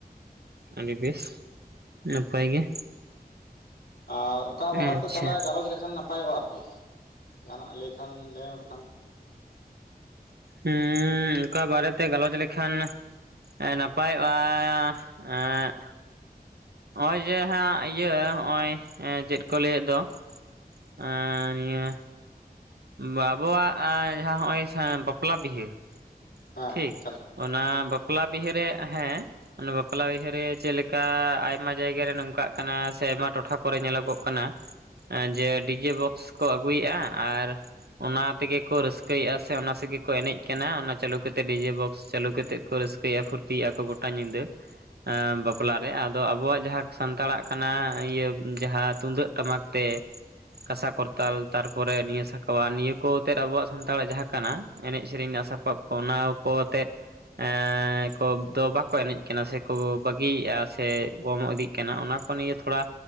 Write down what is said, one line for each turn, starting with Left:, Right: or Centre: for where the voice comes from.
Right: ᱟᱹᱰᱤ ᱵᱮᱥ ᱱᱟᱯᱟᱭ ᱜᱮ,
Left: ᱟᱨ ᱚᱠᱟ ᱵᱟᱨᱮᱛᱮ
Right: ᱟᱪᱪᱷᱟ
Left: ᱛᱟᱞᱮ ᱜᱟᱞᱚᱪ ᱞᱮᱠᱷᱟᱱ ᱱᱟᱯᱟᱭᱚᱜ-ᱟ ᱟᱨᱠᱤ ᱡᱟᱦᱟᱱᱟᱜ ᱞᱟᱹᱭ ᱠᱷᱟᱱ ᱞᱟᱹᱭᱢᱮ ᱵᱟᱠᱷᱟᱱ
Right: ᱦᱩᱸ ᱚᱠᱟ ᱵᱟᱨᱮᱛᱮ ᱜᱟᱞᱚᱪ ᱞᱮᱠᱷᱟᱱ ᱮ ᱱᱟᱯᱟᱭᱚᱜ-ᱟ ᱮᱜ ᱚᱭ ᱡᱮ ᱦᱟᱸᱜ ᱤᱭᱟᱹ ᱦᱚᱜ-ᱚᱭ ᱪᱮᱫ ᱠᱚ ᱞᱟᱹᱭᱮᱫ ᱫᱚ ᱮᱸ ᱱᱤᱭᱟᱹ ᱵᱟᱵᱚᱣᱟᱜ-ᱟᱸ ᱡᱟᱦᱟᱸ ᱦᱚᱜᱼᱚᱭ ᱵᱟᱯᱞᱟ ᱵᱤᱦᱟᱹ
Left: ᱦᱮᱸ
Right: ᱴᱷᱤᱠ
Left: ᱢᱟᱛᱟᱞᱮ
Right: ᱚᱱᱟ ᱵᱟᱯᱞᱟ ᱵᱤᱦᱟᱹᱨᱮ ᱦᱮᱸ ᱚᱱᱮ ᱵᱟᱯᱞᱟ ᱵᱤᱦᱟᱹᱨᱮ ᱪᱮᱞᱮᱠᱟ ᱟᱭᱢᱟ ᱡᱟᱭᱜᱟᱨᱮ ᱱᱚᱝᱠᱟᱜ ᱠᱟᱱᱟ ᱥᱮ ᱟᱭᱢᱟ ᱴᱚᱴᱷᱟ ᱠᱚᱨᱮ ᱧᱮᱞᱚᱜᱚᱜ ᱠᱟᱱᱟ, ᱡᱮ ᱰᱤᱡᱮ ᱵᱚᱠᱥ ᱠᱚ ᱟᱹᱜᱩᱭᱮᱜ-ᱟ ᱟᱨ ᱚᱱᱟ ᱛᱮᱜᱮ ᱠᱚ ᱨᱟᱹᱥᱠᱟᱹᱭᱮᱫᱼᱟ ᱥᱮ ᱚᱱᱟ ᱥᱮᱜᱮ ᱠᱚ ᱮᱱᱮᱡ ᱠᱟᱱᱟ ᱾ ᱪᱟᱹᱞᱩ ᱠᱟᱛᱮ ᱰᱤᱡᱮ ᱵᱚᱠᱥ ᱪᱟᱹᱞᱩ ᱠᱟᱛᱮ ᱠᱚ ᱨᱟᱹᱥᱠᱟᱹᱭᱟ ᱯᱷᱩᱨᱛᱤᱜᱼᱟ ᱠᱚ ᱜᱚᱴᱟ ᱧᱤᱫᱟᱹ᱾ ᱮᱸ ᱵᱟᱯᱞᱟ ᱨᱮ ᱟᱫᱚ ᱟᱵᱚᱣᱟᱜ ᱡᱟᱦᱟᱸ ᱥᱟᱱᱛᱟᱲᱟᱜ ᱠᱟᱱᱟ ᱤᱭᱟᱹ ᱡᱟᱦᱟᱸ ᱛᱩᱢᱫᱟᱹᱜ ᱴᱟᱢᱟᱠ ᱛᱮ ᱠᱟᱸᱥᱟ ᱠᱚᱨᱛᱟᱞ ᱛᱟᱨᱯᱚᱨᱮ ᱱᱤᱭᱟᱹ ᱥᱟᱠᱣᱟ ᱱᱤᱭᱟᱹ ᱠᱚ ᱚᱛᱮᱫ ᱟᱵᱚᱣᱟᱜ ᱥᱟᱱᱛᱟᱲᱟᱜ ᱡᱟᱦᱟᱸ ᱠᱟᱱᱟ ᱮᱱᱮᱡ ᱥᱮᱨᱮᱧ ᱨᱮᱱᱟᱜ ᱥᱟᱯᱟᱵ ᱚᱱᱟ ᱠᱚ ᱟᱛᱮᱫ ᱮᱸᱻ ᱠᱚᱵ ᱫᱚ ᱵᱟᱠᱚ ᱮᱱᱮᱡ ᱠᱟᱱᱟ ᱥᱮᱠᱚ ᱵᱟᱹᱜᱤᱭᱮᱫᱼᱟ ᱥᱮ ᱠᱚᱢ ᱤᱫᱤᱜ ᱠᱟᱱᱟ ᱾ ᱠᱟᱱᱟ ᱚᱱᱟ ᱠᱚ ᱱᱤᱭᱟᱹ ᱛᱷᱚᱲᱟ